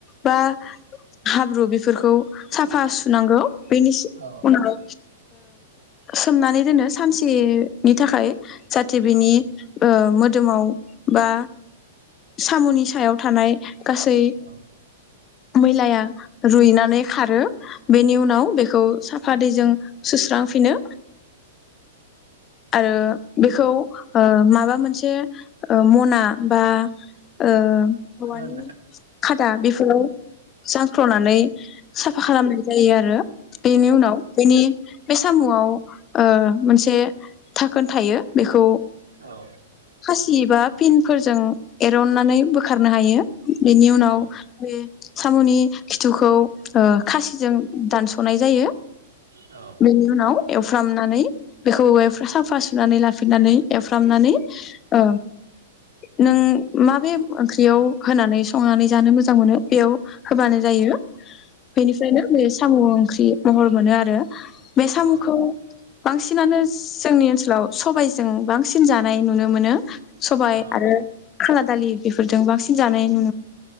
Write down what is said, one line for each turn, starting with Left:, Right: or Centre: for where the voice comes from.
Left: बा हाब्रु बेफोरखौ साफा सुनांगौ बेनि
Right: औ
Left: उनाव ओ सोमनानै दोनो सानसेनि थाखाय जाहाथे बिनि
Right: औ
Left: ओ मोदोमाव बा साम'नि सायाव थानाय गासै
Right: औ
Left: मैलाया रुइनानै खारो बेनि उनाव बेखौ साफा दैजों सुस्रांफिनो आरो बेखौ ओ माबा मोनसे मना बा ओ औवानि
Right: खोनादों
Left: खादा बेफोराव जांख्ल'नानै साफा खालामनाय जायो आरो बेनि उनाव बेनि बे साम'आव ओ मोनसे धाखोन थायो बेखौ
Right: औ।
Left: खासि एबा पिन फोरजों एरननानै बोखारनो हायो। बेनि उनाव
Right: औ
Left: बे साम'नि खिथुखौ खासिजों दानस'नाय जायो।
Right: औ
Left: बेनि उनाव एवफ्रामनानै बेखौ <unintelligible> साफा सुनानै लाफि फिननानै एवफ्रामनानै ओ नों माबे ओंख्रियाव होनानै संनानै जानो मोजां मोनो बेयाव होबानो जायो बेनिफ्रायनो बे साम' ओंख्रि महर मोनो आरो बे साम'खौ
Right: औ
Left: बांसिनानो जोंनि ओनसोलाव सबायजों बांसिन जानाय नुनो मोनो। सबाय
Right: औ
Left: आरो खाला दालि बेफोरजों बांसिन जानाय नु